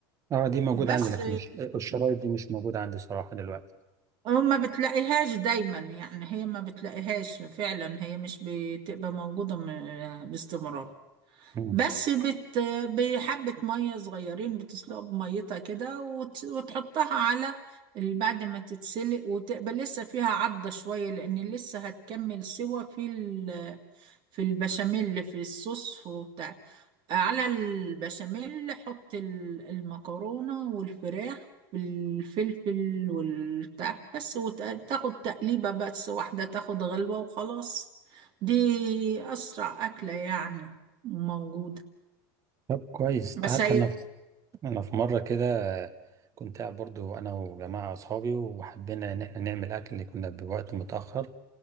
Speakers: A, on the right; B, on the right.
A: اه دي موجوده
B: بس
A: عندي لكن الش- الشرايط دي مش موجوده عندي صراحه دلوقتي
B: آه، ما بتلاقيهاش دايما يعني هي ما بتلاقيهاش فعلا هي مش بتبقى موجودة م- باستمرار
A: مم.
B: بس بت بحبة مية صغيرين بتسلقها بميتها كده وت- وتحطها على ال- بعد ما تتسلق وتقبل لسه فيها عضة شوية لأن لسه هتكمل سوا في ال- في البشاميل اللي في الصوص وبتاع على البشاميل حط ال- المكرونة والفراخ والفلفل والبتاع بس وتاخد تقليبة بس واحدة تاخد غلوة وخلاص دي أسرع أكلة يعني موجودة
A: طب كويس
B: بس
A: انت عارف
B: هي
A: انا انا في مره كده كنت قاعد برضو انا وجماعه اصحابي وحبينا ان احنا نعمل اكل اللي كنا بوقت متاخر